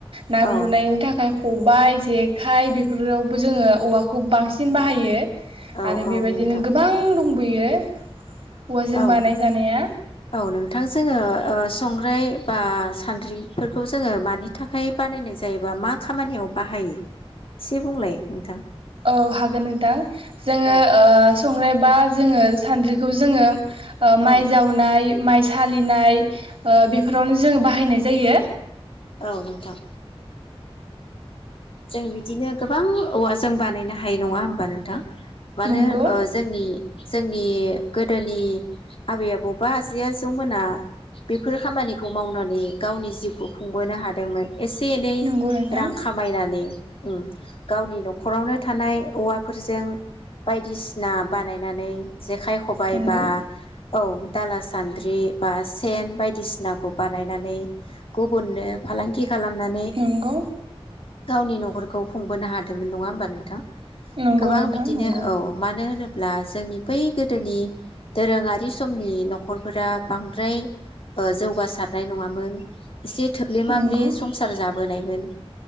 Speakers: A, on the right; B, on the left.
A: ना
B: औ
A: गुरनायनि थाखाय खबाइ जेखाइ बेफोर बेफोरावबो जोङो औवाखौ बांसिन सिन बाहायो
B: औ
A: आरो
B: औ
A: बेबायदिनो
B: नोंथां
A: गोबां दं दंबोयो औवाजों
B: औ
A: बानाय जानाया
B: औ नोंथां जोङो ओ सं बा सान्द्रिफोरखौ जोङो मानि थाखाय बानायनाय जायोबा मा खामानियाव बाहायो एसे बुंलाय नोंथां
A: औ हागोन नोंथां जोङो
B: औ
A: संग्राय बा जोङो सानद्रिखौ जोङो माइ
B: औ
A: जावनाय माइ सालिनाय बेफोरावनो जोङो बाहायनाय जायो
B: औ नोंथां। जों बिदिनो गोबां औवा जों बानायनो हायो नङा होमबा नोंथां। मानो
A: नंगौ
B: ओ जोंनि। जोंनि गोदोनि आबै आबौबा आजै आजौमोना बेफोर खामानिखौ मावनानै गावनि जिउखौ खुंबोनो हादोंमोन। एसे एनै
A: नंगौ नोंथां
B: रां खामायनानै नै उम गावनि न'खरावनो थानाय औवाफोरजों बायदिसिना बानायनानै जेखाइ खबाइ
A: नंगौ
B: बा औ दाला सान्द्रि बा सेन बायदिसिनाखौ बानायनानै गुबुननो फालांगि खालामनानै
A: नंगौ
B: गावनि न'खरखौ खुंबोनो हादोंमोन नङा होमबा नोंथां
A: नंगौ
B: गोबां
A: नोंथां
B: बिदिनो
A: नंगौ
B: औ मानो होनोब्ला ब्ला जोंनि बै गोदोनि दोरोङारि समनि न'खरफोरा बांद्राय जौगासारनाय ओ नङामोन। एसे थोब्ले माब्ले
A: नंगौ
B: संसार जाब बोनायमोन